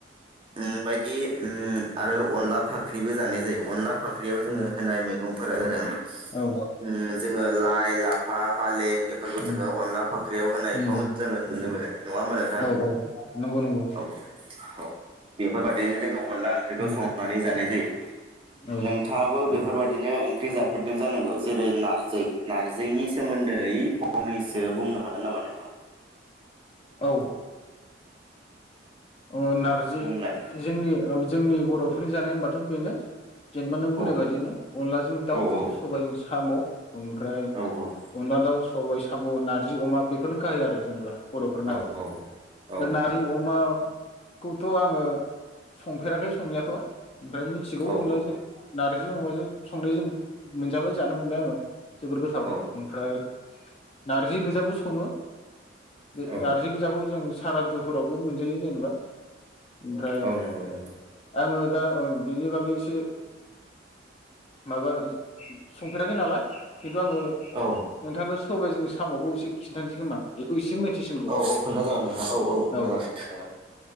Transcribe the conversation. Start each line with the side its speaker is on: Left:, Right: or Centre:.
Right: उम बायदि उम आरो अनला फाख्रिबो जानाय जायो अनला फाख्रियाव जोङो
Left: उम
Right: होनाय मैगं फोरा जादों। उम
Left: औ
Right: जोङो लाइ, लाफा, फालें बेफोरखौ
Left: उम
Right: जोङो अनला फाख्रियाव होनायखौ
Left: उम उम
Right: जोङो नुनो मोनो। नङा होमबा नोंथां?
Left: औ औ नंगौ नंगौ
Right: औ औ बेफोरबादिनो जोङो अनला ओंख्रिखौ
Left: उम
Right: सं बे जानाय जायो
Left: औ
Right: नोंथाङाबो बेफोर फोर बायदिनो ओंख्रि जाफेरदों जानांगौ जेरै- नारजि नारजिनि सोमोन्दै फंनैसो बुंनो हागोन नामा नोंथां?
Left: औ अ' नारजि
Right: बुंलाय
Left: जोंनि औ जोंनि बर'फोरनि जानाय होनबाथ' बेनो। जेनबा नों बुंनाय
Right: औ
Left: बायदिनो अनलाजों
Right: औ
Left: दाउ
Right: औ
Left: सबायाइजों साम'। ओमफ्राय
Right: औ
Left: अनला दाउ स सबाय, साम', नारजि, अमा बेफोरनो गाहाय आरो जेनेबा। बर'फोरना
Right: औ औ औ
Left: दा नारि अमा खौथ' आङो संफेराखै संनायाथ' । ओमफ्राय मिथिगौ
Right: औ
Left: अनलाजों नारजि जों अमाजों संनो जों मोनजाबाय जानो मोनबाय आङो। जोबोर गोथाव
Right: औ
Left: ओमफ्राय नारजि गो जाबो सङो। बे
Right: औ
Left: नारजि गोजाखौ जों सारादुफोरावबो मोनजायो जेनेबा। ओमफ्राय
Right: औ नंगौ औ
Left: आङो दा ओ बेनि बागै एसे माबा संफेराखै नालाय खिन्थु आङो
Right: औ
Left: नोंथांनाव सबाइजोंनि साम'खौ एसे खिन्थानोसै खोमा बेखौ एसे मिथिसिनगौ
Right: औ खोन्थाजागोन नोंथां खोन्थाजागोन
Left: औ।
Right: खोन्थाजागोन